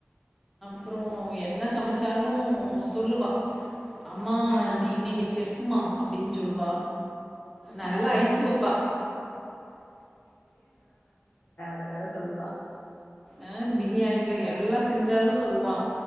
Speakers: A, in the centre; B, on the left (about 50°).
A: அப்புறோ என்ன சமச்சாலூ சொல்லுவா அம்மா
B: ம்
A: நீ நீங்க செஃப்மா அப்டின் சொல்லுவா நல்லா
B: ஆ
A: ஐசுவப்பா
B: தனால சொல்லுவா
A: அ பிரியாணில
B: ஆ
A: எல்லா செஞ்சாலு சொல்லுவா